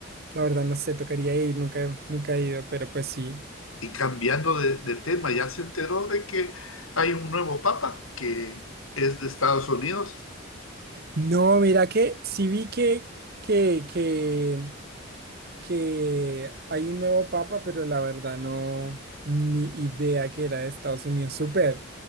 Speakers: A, on the right (about 50°); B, on the left (about 80°).
A: La verdad no sé, tocaría ir, nunca, nunca he ido, pero pues sí.
B: Y cambiando de, de tema, ya se enteró de que hay un nuevo papa que es de Estados Unidos.
A: No, mira que sí vi que, que, que que hay un nuevo papa, pero la verdad no, ni idea que era de Estados Unidos. Súper,